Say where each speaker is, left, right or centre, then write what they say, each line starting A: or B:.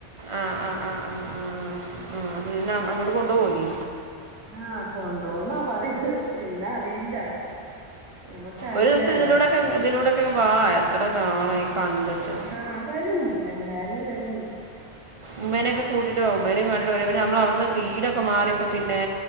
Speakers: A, on the right; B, on the right.
A: ആഹ് ആഹ് ആഹ് ആഹ് ആഹ് ന്നിനെ അങ്ങോട്ട് കൊണ്ടോവോ ഇനി.
B: ആഹ് കൊണ്ടോവുന്നാ പറയിണ് എന്നാ അറിയില്ല ഞമ്മക്ക് അറിയില്ലല്ലോ
A: ഒരൂദിവസം ഇതിലൂടെക്കെങ്ങ് ഇതിലൂടെക്കെങ്ങ് വാ എത്ര നാളായി കണ്ട്ട്ട്
B: ആഹ് വരും എന്തായാലും വരും.
A: ഉമ്മേനൊക്കെ കൂട്ടിട്ട് വാ ഉമ്മേനിം കാണ്ടിട്ട് കൊറേ പിന്നെ നമ്മള് അവിടുന്ന് വീടൊക്കെ മാറിയപ്പോ പിനെ